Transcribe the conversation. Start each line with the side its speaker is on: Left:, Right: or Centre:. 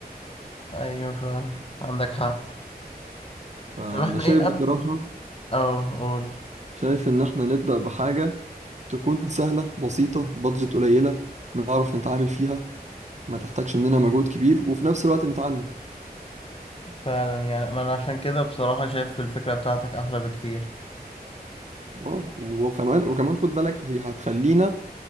Left: ايوه فعلا عندك حق
Right: فانا
Left: طب احنا
Right: شايف
Left: ايه قبل
Right: بصراحة
Left: اه قول
Right: شايف ان احنا نبدأ بحاجة تكون سهلة بسيطة بادجت قليلة نعرف نتعامل فيها ما تحتاجش مننا مجهود كبير وفي نفس الوقت نتعلم
Left: فعلا يعني ما انا عشان كده بصراحة شايف الفكرة بتاعتك احلى بكتير
Right: اه وكمان وكمان خد بالك هي هتخلينا